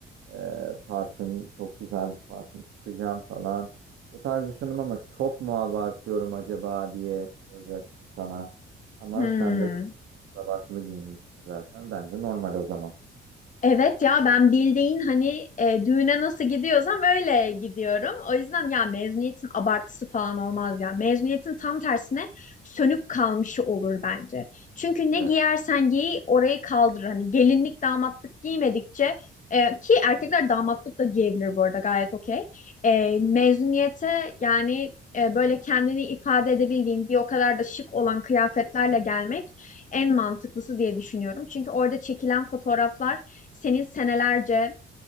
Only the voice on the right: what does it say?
Ee, parfüm, çok güzel bir parfüm sıkacağım falan. O tarz düşündüm ama çok mu abartıyorum acaba diye soracaksın sana. Ama
sen de Abartılı giyinmişsin zaten. Bence normal o zaman.
Evet.